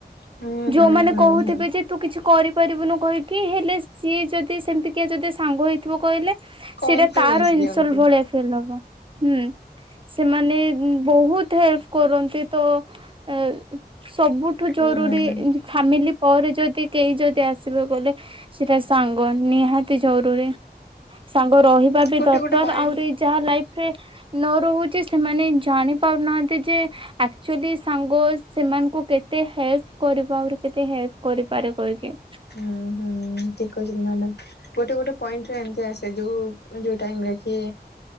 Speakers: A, on the left (about 80°); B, on the right (about 30°).
A: ହୁଁ
B: ଯୋଉମାନୋନ
A: ହୁଁ ହୁଁ
B: କହୁଥିବେ
A: ହୁଁ।
B: ଯେ ତୁ କିଛି କରିପାରିବୁନୁ କହିକି ହେଲେ ସିଏ ଯଦି ସେମିତି କିଏ ଯଦି ସାଙ୍ଗ ହେଇ ଥିବା କହିଲେ
A: କନଫିଡେନ୍ସ
B: ସେଇଟା ତାର ଇନ
A: ଦିଅନ୍ତି।
B: ସଲ୍ ଭଳିଆ ଫିଲ ହବ। ହୁଁ ସେମାନେ ବହୁତ ହେଲ୍ଫ କରନ୍ତି ତ ଏ ସବୁଠୁ
A: ହୁଁ
B: ଜରୁରୀ ଏଇଯୋ ଫାମିଲି ପରେ ଯଦି କେହି ଯଦି ଆସିବେ ଗଲେ ସେଟା ସାଙ୍ଗ ନିହାତି ଜରୁରୀ। ସାଙ୍ଗ ରହିବା ବି
A: ଗୋଟେ
B: ଦରକାର
A: ଗୋଟେ ପଏଣ୍ଟ
B: ଆହୁରି ଯାହା ଲାଇଫ ରେ ନ ରହୁଚି ସେମାନେ ଜାଣିପାରୁନାହାଁନ୍ତି ଯେ ଆକ୍ଚୁଲି ସାଙ୍ଗ ସେମାନଙ୍କୁ କେତେ ହେଲ୍ପ କରିପା ଆହୁରି କେତେ ହେଲ୍ପ କରିପାରେ କହିକି।
A: ହୁଁ ହୁଁ ହୁଁ ହୁଁ ଠିକ କହିଚନ୍ତି ମାଡ଼ାମ ଗୋଟେ ଗୋଟେ ପଏଣ୍ଟରେ ଏମତି ଆସେ ଯୋଉ ଯୋଉ ଟାଇମର କି